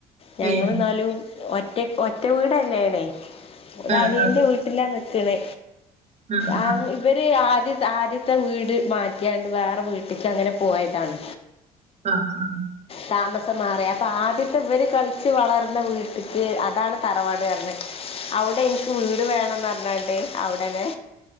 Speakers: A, on the left; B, on the right.
A: ഞങ്ങള
B: ഏ
A: എന്നാലും ഒറ്റക്ക് ഒറ്റ വീടന്നണേ. ഒരു
B: ആഹ്
A: അനിയൻ്റെ വീട്ട ലാണ് നിക്കണ്.
B: ആഹ്
A: ആ വി ഇവര് ആദ്യ ആദ്യത്തെ വീട് മാറ്റിയണ്ട്, വേറെ വീട്ടേക്ക് അങ്ങനെ പോയതാണ്.
B: ആഹ ആഹ.
A: താമസം മാറിയ. അപ്പൊ ആദ്യത്തെ ഇവര് കളിച്ചു വളർന്ന വീട്ടക്ക് അതാണ് തറവാട് <unintelligible> അവിടെ എനിക്ക് വീട് വേണംന്ന് പറഞ്ഞണ്ടേ അവിടന്നെ.